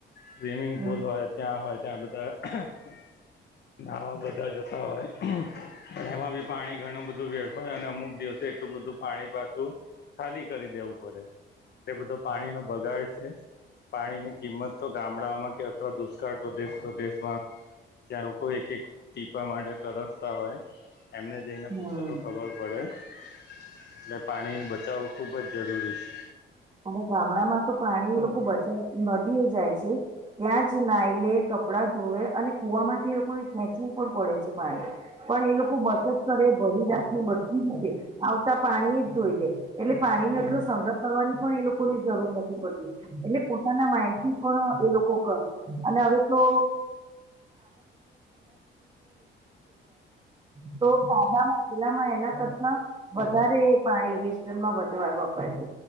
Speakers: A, on the left; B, on the right.
A: સ્વિમિંગ
B: હમ
A: પુલ હોય ત્યાં હોય ત્યાં બધા નાવા બધા જતા હોય. એમાં બી પાણી ઘણું બધું વેફાય અને અમુક દિવસે એટલું બધું પાણી પાછું ખાલી કરી દેવું પડે એટલે બધો પાણી નો બગાડ પાણીની કિંમત તો ગામડામાં કે અથવા દુષ્કાળ પ્રદેશ પ્રદેશમાં જ્યાં લોકો એક એક ટીપા માટે તરસતા હોય. એમને જઈને
B: હમ
A: પૂછો તો ખબર પડે એટલે પાણીની બચાવવુ ખૂબ જ જરૂરી <unintelligible>
B: હવે ગામડામાં તો પાણી લોકો બચાવા નદી એ જાય છે. ત્યાં જ નાઈ લે કપડાં ધોવે અને કૂવામાંથી એલોકોને ખેંચવું પણ પડે છે પાણી પણ એ લોકો બચત કરે ભરી રાખેં બધી જ છે આવતા પાણી એ જ ધોઈ દે એટલે પાણી નો એટલો સંગ્રહ કરવાની પણ એ લોકોની જરૂર નથી પડતી એટલે પોતાના માઈન્ડથી પણ એ લોકો કરે અને હવે તો <unintelligible> તો સાદામાં પેલામાં એના કરતા વધારે પાણી વેસ્ટનમાં વધ વપરાય છે.